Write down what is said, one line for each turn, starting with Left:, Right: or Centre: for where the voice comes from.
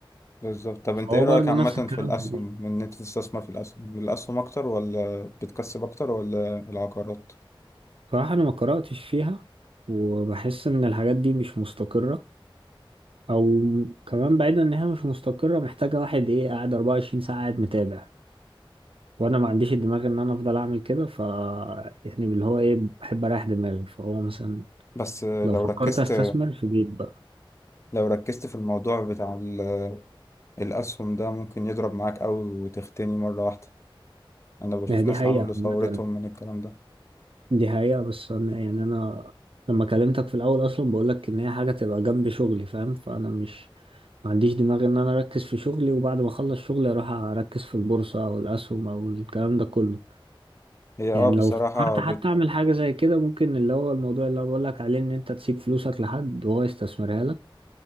Left: بالظبط طب
Right: فهو
Left: انت ايه رأيك
Right: برضو
Left: عامة
Right: نفس الكلام
Left: في الاسهم
Right: في البيت
Left: ان انت تستثمر في الاسهم الاسهم اكتر ولا بتكسب اكتر ولا العقارات
Right: صراحة أنا ما قرأتش فيها وبحس إن الحاجات دي مش مستقرة أو كمان بعيدا إن هي مش مستقرة محتاجة واحد إيه قاعد 24 ساعة قاعد متابع وأنا ما عنديش الدماغ إن أنا أفضل أعمل كده ف يعني اللي هو إيه بحب أريح دماغي فهو مثلا
Left: بس لو
Right: لو فكرت
Left: ركزت
Right: أستثمر في بيت بقى
Left: لو ركزت في الموضوع بتاع ال- الأسهم ده ممكن يضرب معاك أوي وتغتني مرة واحدة أنا بشوف
Right: يعني دي
Left: ناس
Right: حقيقة
Left: عملوا ثورتهم
Right: عامة
Left: من الكلام ده
Right: دي حقيقة بس أنا يعني أنا لما كلمتك في الأول أصلا بقولك إن هي حاجة تبقى جنب شغلي فاهم فأنا مش ما عنديش دماغ إن أنا أركز في شغلي وبعد ما أخلص شغلي أروح أركز في البورصة أو الأسهم أو الكلام ده كله
Left: هي اه
Right: يعني
Left: بصراحة
Right: لو فكرت
Left: بت...
Right: حتى أعمل حاجة زي كده ممكن اللي هو الموضوع اللي أنا بقولك عليه إن أنت تسيب فلوسك لحد وهو يستثمرها لك